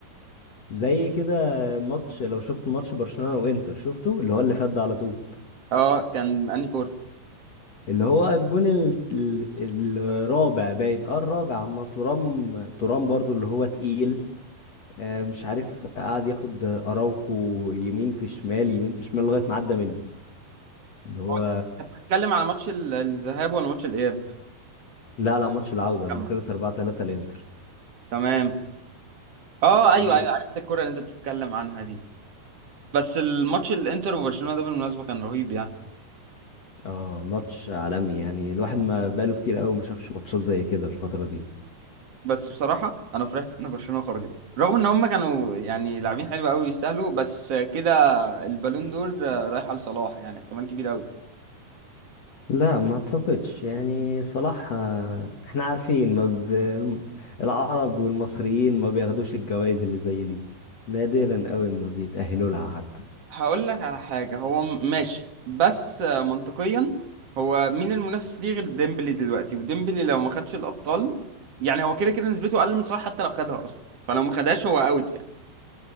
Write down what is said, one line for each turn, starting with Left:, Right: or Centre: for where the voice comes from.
Left: زي كده ماتش لو شفت ماتش برشلونة وانتر شفته اللي هو اللي فات ده على طول
Right: اه كان انهي كوره
Left: اللي هو الجون ال... ال... الرابع باين اه الرابع اما ترام ترام برضو اللي هو تقيل آه، مش عارف قعد ياخد اراوخو يمين في شمال يمين في شمال لغايه ما عدى منه اللي هو
Right: هو انت بتتكلم على ماتش ال- الذهاب ولا ماتش الاياب
Left: لا لا ماتش العوده اللي
Right: جمع.
Left: خلص 4 3 الانتر
Right: تمام اه ايوه
Left: ايه
Right: ايوه عرفت الكوره اللي انت بتتكلم عنها دي بس الماتش الانتر وبرشلونه ده بالمناسبه كان رهيب يعني
Left: اه ماتش عالمي يعني الواحد ما بقاله كتير قوي ما شافش ماتشات زي كده الفتره دي
Right: بس بصراحة أنا فرحت إن برشلونة خرجت رغم إن هما كانوا يعني لاعبين حلو أوي يستاهلوا بس كده البالون دور آه، رايح لصلاح يعني احتمال كبير أوي
Left: لا ما اعتقدش يعني صلاح آه، احنا عارفين ما ب... العرب والمصريين ما بياخدوش الجوائز اللي زي دي نادرا قوي ما بيتأهلوا لها حد
Right: هقول لك على حاجة هو م- ماشي بس آه، منطقيا هو مين المنافس ليه غير ديمبلي دلوقتي وديمبلي لو ما خدش الأبطال يعني هو كده كده نسبته أقل من صلاح حتى لو خدها أصلا فلو ما خدهاش هو أوت يعني